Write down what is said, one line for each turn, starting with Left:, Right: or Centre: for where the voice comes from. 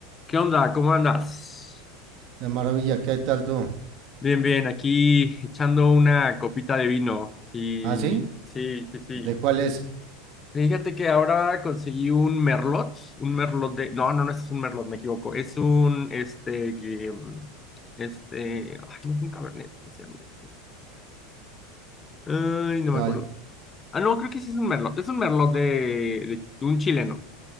Left: ¿Qué onda? ¿Cómo andas?
Right: De maravilla, ¿qué tal tú?
Left: Bien, bien, aquí echando una copita de vino. Y
Right: ¿Ah, sí?
Left: sí, sí, sí.
Right: ¿De cuál es?
Left: Fíjate que ahora conseguí un merlot, un merlot de... No, no, no este es un merlot, me equivoco. Es un, este, que, mm, este, ay, no es un cabernet, ¿cómo se llama este? Ay, no
Right: ¿Cuál?
Left: me acuerdo. Ah, no, creo que sí es un merlot. Es un merlot de, de, un chileno,